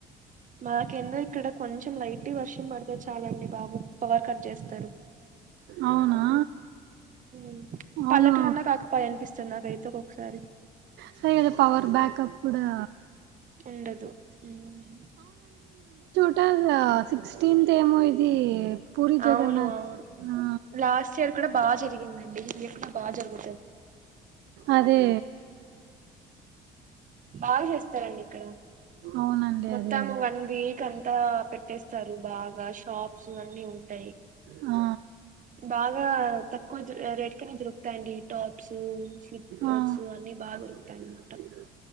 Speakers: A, on the right; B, on the right.
A: మకేందో ఇక్కడ కొంచెం లైట్ గ వర్షం పడితే చాలండి బాబు పవర్ కట్ చేస్తారు
B: అవునా
A: మ్
B: అవును
A: పల్లెటూరన్నా కాకపయే అనిపిస్తది నాకైతే ఒకోక్కసారి
B: సరే కదా పవర్ బ్యాకప్ కూడా
A: ఉండదు మ్
B: ఉంటద సిక్స్టీన్త్ ఏమో ఇది పూరి
A: అవును
B: జగన్నాథ్
A: అవును
B: ఆ
A: లాస్ట్ ఇయర్ కూడా బాగ జరిగిందండి ఇయర్ కూడా బాగా జరుగు
B: అదే
A: బాగా చేస్తారండి ఇక్కడ
B: అవునండి
A: మొత్తం
B: అదే అదే
A: వన్ వీక్ అంతా పెట్టేస్తారు బాగా షాప్స్ అన్ని ఉంటా
B: ఆ
A: బాగా తక్కువ రేటుకనే దొరుకుతాయండి టాప్స్ స్లిప్పర్స్
B: ఆ
A: అన్ని
B: <inaudible>
A: బాగా దొరుకుతాయి అన్నమాట